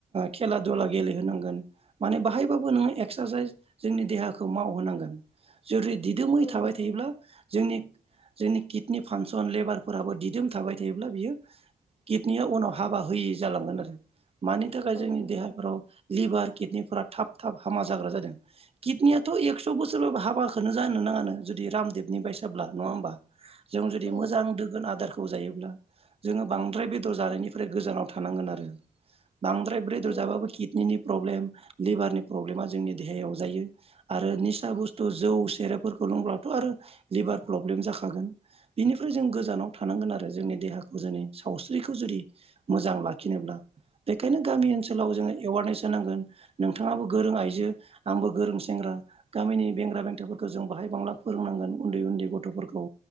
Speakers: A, on the right; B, on the left.
A: खेला दुला गेलेहोनांगोन माने बाहायबाबो नोङो एक्सारसाइस जोंनि देहाखौ मावहोनांगोन जुदि दिदोमै
B: औ
A: थाबाय
B: नंगौ
A: थायोब्ला जोंनि जोंनि किडनि फांसन लेबारफोराबो दिदोम थाबय थेयोब्ला बियो किटनिया उनाव हाबा होयै जालांगोन आरो मानि थाखाय
B: औ
A: जोंनि
B: नंगौ
A: देहाफ्राव लिभार किडनि फोरा थाब थाब हामा जाग्रा जादों किडनियाथ' एकस' बोसोरबाबो हाबाखोनो जानो नाङानो जु दि रामदेबनि बायसाब्ला नङा होमबा जों जुदि
B: औ
A: मोजां दोगोन आदारखौ जायोब्ला जोङो बांद्राय बेदर जानायनिफ्राय गोजानाव थानांगोन आरो बांद्राय ब्रेदर
B: औ
A: जाबाबो किडनिनि प्रब्लेम लिभारनि प्रब्लेमा जोंनि देहायाव जायो आरो निसा बुस्थु जौ सेरेबफोरखो लुंब्लाथ' आरो लिभार प्रब्लेम जाखागोन बिनिफ्राय जों गोजानाव थानांगोन आरो जोंनि देहाखो जोनि सावस्रिखौ जुदि मोजां लाखिनोब्ला खायनो गामि ओनसोलाव जाङो एवारनेस होनांगोन नोंथाङाबो गोरों आइजो आंबो गोरों सेंग्रा गामिनि बेंग्रा बेंथाफोरखो जों बाहाय बांला फोर रोंनांगोन उन्दै उन्दै गथ'फोरखौ